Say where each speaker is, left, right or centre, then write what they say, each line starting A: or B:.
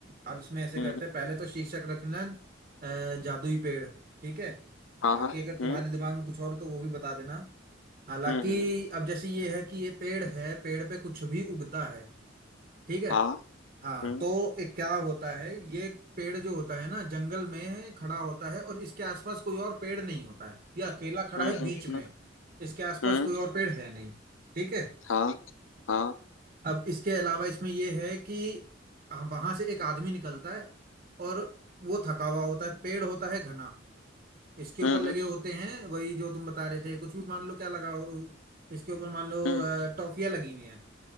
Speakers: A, on the right; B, on the left.
A: अब इसमें ऐसे
B: हम्म
A: करते
B: हम्म,
A: हैं पहले तो शीर्षक रखना अ, जादुई पेड़ ठीक है
B: हाँ
A: बाकी
B: हाँ
A: अगर तुम्हारे
B: हम्म
A: दिमाग में कुछ और हो, तो वो भी बता देना हालांकि
B: हम्म हम्म,
A: अब जैसे ये है कि ये पेड़ है पेड़ पे कुछ भी उगता है ठीक है
B: हाँ
A: हाँ
B: हम्म
A: तो एक क्या होता है ये पेड़ जो होता है ना जंगल में खड़ा होता है और इसके आसपास कोई और पेड़ नहीं होता है ये अकेला खड़ा
B: हम्म
A: है बीच
B: हम्म
A: में इसके आसपास
B: हम्म,
A: कोई और पेड़ है नहीं ठीक है
B: हाँ हाँ
A: अब इसके अलावा इसमें ये है कि वहां से एक आदमी निकलता है और वो थका हुआ होता है पेड़ होता है घना इसके
B: हम्म
A: ऊपर लगे
B: हम्म
A: होते हैं वही जो तुम बता रहे थे कुछ भी मान लो क्या लगा हो इसके ऊपर मान लो
B: हम्म
A: अ, टॉफियां लगी हुई हैं